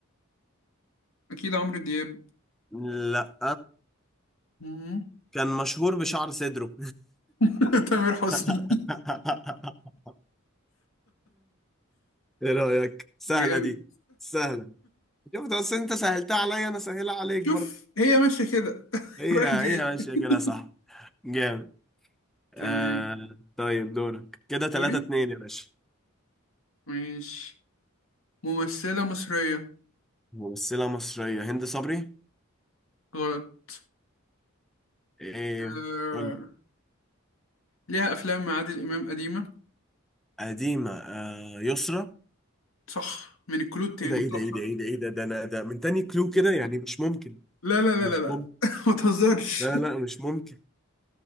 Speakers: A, on the left; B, in the centre.
A: اكيد عمرو دياب
B: لا
A: مم.
B: كان مشهور بشعر صدره
A: <laughs> تامر حسني
B: <laughs> ايه رأيك سهلة
A: <laughs> جامد
B: دي سهلة شفت اصل انت سهلتها عليا انا سهلها عليك
A: شوف
B: برضه
A: هي ماشية كده <laughs>
B: هي
A: رايح جاي
B: هي ماشية
A: <laughs>
B: كده صح جامد آه
A: تمام
B: طيب دورك كده 3
A: دوري
B: 2 يا باشا
A: ماشي ممثلة مصرية
B: ممثلة مصرية هند صبري
A: غلط
B: ايه
A: آه...
B: قول
A: ليها أفلام مع عادل إمام قديمة
B: قديمة آه يسرا
A: صح من الكلود تاني
B: ايه ده ايه ده
A: صح
B: ايه ده ايه ده ايه ده ده انا ده من تاني كلو كده يعني مش ممكن
A: لا لا لا
B: مش
A: لا لا
B: ممكن
A: <laughs> ما تهزرش
B: لا لا مش ممكن